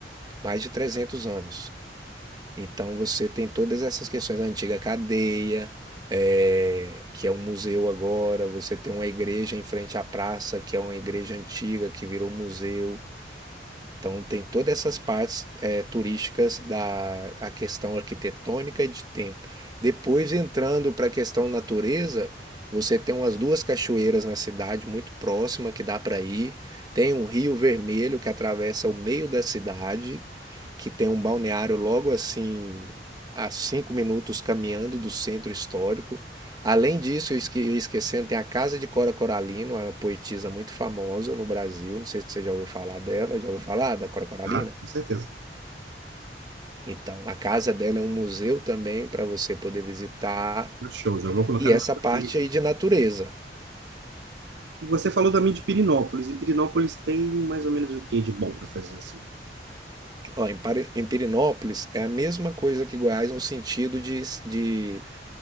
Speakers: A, on the right; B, on the right.
A: mais de 300 anos. Então você tem todas essas questões, a antiga cadeia, eh, que é um museu agora, você tem uma igreja em frente à praça, que é uma igreja antiga que virou museu. Então tem todas essas partes eh, turísticas da a questão arquitetônica e de tempo. Depois entrando para a questão natureza, você tem umas duas cachoeiras na cidade muito próxima que dá para ir. Tem um rio vermelho que atravessa o meio da cidade, que tem um balneário logo assim a cinco minutos caminhando do centro histórico. Além disso, eu esque- eu ia esquecendo, tem a Casa de Cora Coralina, uma poetisa muito famosa no Brasil. Não sei se você já ouviu falar dela. Já ouviu falar da Cora Coralina?
B: tá? Com certeza.
A: Então, a casa dela é um museu também para você poder visitar.
B: Show, já vou colocar
A: E essa
B: no meu roteiro
A: parte
B: aqui.
A: aí de natureza.
B: Você falou também de Pirinópolis, e Pirinópolis tem mais ou menos o que de bom para fazer, assim?
A: Ó, em Pari- em Pirinópolis é a mesma coisa que Goiás no sentido de, de